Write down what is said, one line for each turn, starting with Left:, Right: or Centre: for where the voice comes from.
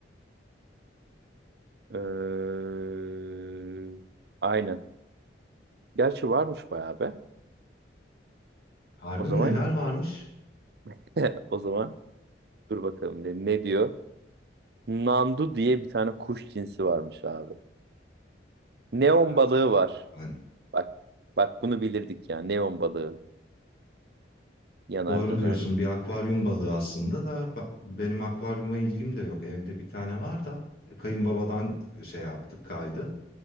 Right: Ee, aynen. Gerçi varmış bayağı be.
Left: Harbi
Right: O zaman
Left: mi neler varmış?
Right: <laughs> o zaman dur bakalım ne, ne diyor? Nandu diye bir tane kuş cinsi varmış abi. Neon
Left: Aa,
Right: balığı var.
Left: ben...
Right: Bak bak bunu bilirdik ya. Neon balığı yanar
Left: Doğru
Right: dönerli.
Left: diyorsun bir akvaryum balığı aslında da ba- benim akvaryuma ilgim de yok. Evde bir tane var da kayınbabadan şey yaptık kaydı.